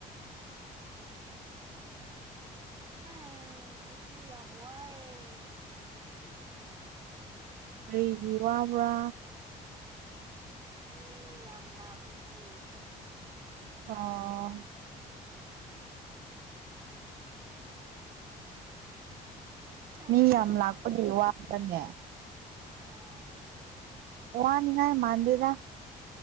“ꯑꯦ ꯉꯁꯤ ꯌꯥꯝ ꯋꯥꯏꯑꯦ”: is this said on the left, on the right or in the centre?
Right